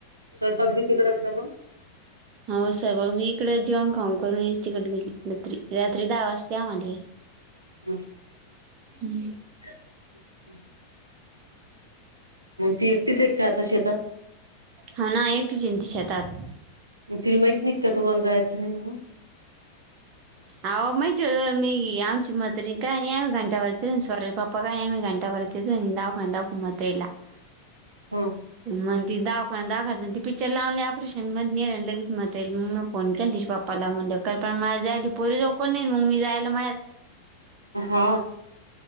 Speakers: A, on the right; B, on the right.
A: स्वयंपाक भी तिकडंच का मग,
B: ह सहेबग मी इकडे जेवण खाऊ करून येच तिकडे र्री रात्री दहा वाजता द मझ <inaudible> <inaudible>
A: हां का
B: हम्म
A: <inaudible> मग ती एकटीच एक का आता शेतात.
B: ह ना एकटी घर ना शेतात.
A: मग तीला माहित नाही का तुम्हाला जायचं नाही म्हणून.
B: <inaudible> <inaudible>
A: ह
B: मग ती दावक दाखायच ती पिक्चर लावली ऑपरेशन मध्ये नेय लगेच मत येईल मग म <inaudible> फोन केल तिच्या बाप्पाला म्हणलं का पण माझ जायली पोरी जाऊ कोण नाही मग मी जायला माझत-
A: हा